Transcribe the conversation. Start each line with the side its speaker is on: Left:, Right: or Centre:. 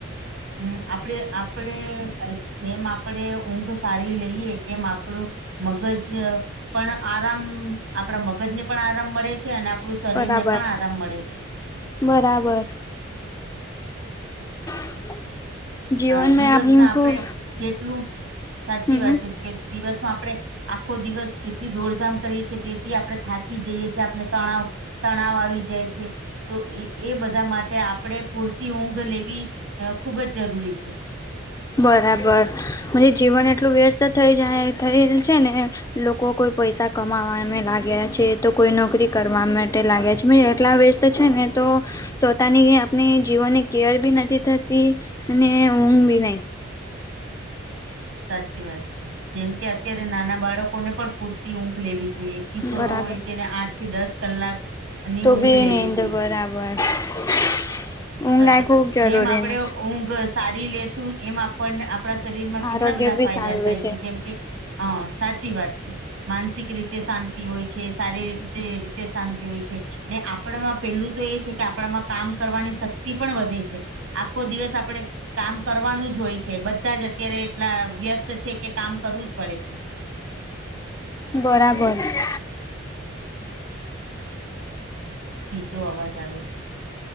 Right: હમ આપડે આપડે જેમ આપડે ઊંઘ સારી લઈએ એમ આપડું મગજ પણ આરામ આપણા મગજ ને પણ આરામ મળે છે અને આપણું શરીર
Left: બરાબર
Right: ને પણ આરામ મળે છે.
Left: બરાબર <inaudible>
Right: અ
Left: મે
Right: દિવસ
Left: આપને
Right: ના આપડે
Left: ખુબ
Right: જેટલું સાચી
Left: હમ
Right: વાત કે દિવસમાં આપણે આખો દિવસ જેટલી દોડધામ કરીએ છીએ તેથી આપણે થાકી જઈએ છે આપ તણાવ તણાવ આવી જાય છે. તો એ એ બધા માટે આપણે પૂરતી ઊંઘ લેવી ખુબ જ જરૂરી છે.
Left: બરાબર મ જીવન એટલું વ્યસ્ત થઈ જાય થયેલ છે ને લોકો કોઈ પૈસા કમાવાવામાં લાગ્યા છે તો કોઈ નોકરી કરવા માટે લાગ્યા છે મે એટલા તો છે ને તો સવતાની આપણે જીવનની કેર બી નથી થતી અને ઊઘ બી
Right: સાચી વાત છે જેમ કે અત્યારે નાના બાળકોને પણ પૂરતી ઊંઘ લેવી. જોએ કિશોરો
Left: બરાબર
Right: હોય તેને આઠ થી દસ કલાકની
Left: તો
Right: ઊંઘ
Left: બી
Right: લેવી
Left: નીંદ
Right: જોઈએ.
Left: <inaudible>
Right: સ
Left: આ ખૂબ જરૂરીની
Right: જેમ આપડે
Left: છે
Right: ઊંઘ સારી લેશુ એમ આપણને આપણા શરીરમાં કેટલા
Left: આરોગ્ય
Right: બધા
Left: બી
Right: ફાયદા
Left: સારું
Right: થાય
Left: રહે
Right: છે જેમ કે હા સાચી વાત છે માનસિક રીતે શાંતિ હોય છે શારીરિક રીતે શાંતિ હોય છે ને આપણામાં પેલું તો એ છે કે આપણામાં કામ કરવાની શક્તિ પણ વધે છે આખો દિવસ આપણે કામ કરવાનું જ હોય છે બધા જ અત્યારે એટલા વ્યસ્ત છે કે કામ કરવું જ પડે છે.
Left: બરાબર.
Right: બીજો અવાજ આવે છે.